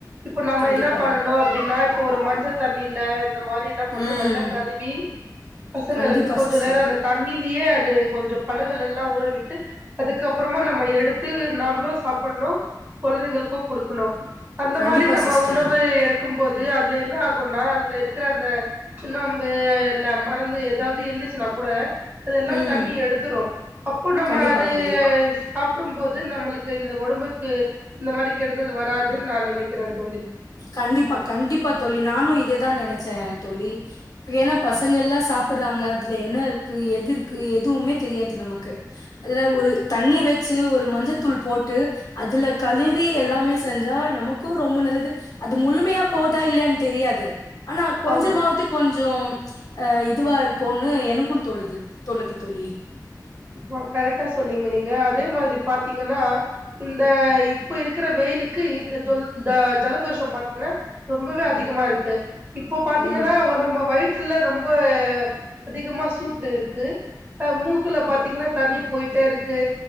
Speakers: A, on the right; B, on the left.
A: இப்ப நம்ம
B: கண்டிப்பா
A: என்ன பண்ணணு அப்டின்னா இப்ப ஒரு மஞ்ச தண்ணில இந்த மாரி என்ன பண்ணு
B: ம்
A: நல்லா கழுவி பசங்களுக்கு
B: கண்டிப்பா
A: கொஞ்ச
B: சிஸ்டர்
A: நேரொ அந்த தண்ணி லியே அது கொஞ்ச பழங்களெல்லா ஊறவிட்டு அதுக்கப்றமா நம்ம எடுத்து நம்மளு சாப்பன்ணு கொழந்தைங்களுக்கு குடுக்கணு அந்த
B: கண்டிப்பா
A: மாரி நம்ம
B: சிஸ்டர்
A: உணவு எடுக்கும் போ து அதுல என்ன ஆகுன்னா அதுல இருக்குற அந்த சுண்ணாம்பு அஎல்லாம் பறந்து எதா து இருந்துச்சுன்னா கூட அதெல்லா
B: ம்
A: தண்ணி எடுத்துரு அப்பொ நம்ம
B: கண்டிப்பா
A: அது
B: கண்டிப்பா
A: சாப் கூடும்போது நம்மளுக்கு இந்த உடம்புக்கு இந்த மாரி கெடுதல் வராதுன் நா நெனைக்கிறே தோழி
B: கண்டிப்பா கண்டிப்பா தோழி நானு இதேதா நினைச்சே தோழி இப்ப ஏனா பசங்கெல்லா சாப்புறாங்க அதுல என்ன இருக்கு எது இருக்கு எதுவ்மே தெரியாது நமக்கு அதுல ஒரு தண்ணி வச் ச்சு ஒரு மஞ்சதூள் போட்டு அதுல கழுவி எல்லாமே செஞ்சா நமக்கு ரொம்ப நல்லது அது முழுமையா போதா இல்லயானு தெரியாது ஆனா கொஞ்சமாவ்து
A: ஆமா
B: கொஞ்சொ அ இதுவா இருக்குன் ம் எனக்கும் தொலுது தொனுது தோழி
A: ஆமா கரெக்டா சொன்னீங்க நீங்க அதே மாதிரி பாத்தீங்கனா இந்த இப்ப இருக்கிற வெயிலுக்கு இந்த ஜொல் இந்த ஜலதோஷொம் பாத்தீங்கனா ரொம்பவே அதிகமா இருக்கு இப்போ பாத்தீங்கனா
B: ம்
A: நம்ம வை ற்றுல ரொம்ப அதிகமா சூட்டு இருக்கு இப்ப மூகுல பாத் தீங்கனா தண்ணி போயிட்டேருக்கு